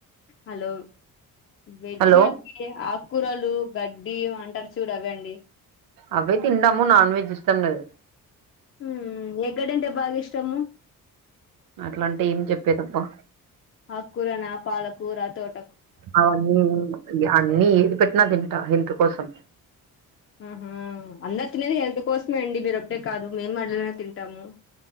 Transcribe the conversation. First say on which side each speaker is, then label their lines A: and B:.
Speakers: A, on the left; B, on the right.
A: హలో వెజ్
B: హలో
A: అగ్గీయే ఆగ్ కూరలు గడ్డి అంటారు చూడ అవండి
B: అవె తిందాము నాన్ వెెజ్ ఇష్టం లేదు
A: హ ఎగడంటే బాగా ఇష్టము
B: అట్లా అంటే ఏం చెప్పేదబ్బా
A: అకురనా పాలకూర తోట
B: అవన్నీ అన్నిీ ఏందుకట్లా ప తింట ఎందుకు కోసం
A: ఆహా అన్నత్ నేని హెల్త్ కొసం ఇమండి మీరు అప్పుడే కాదు మేము మళ్ళనే తింటాము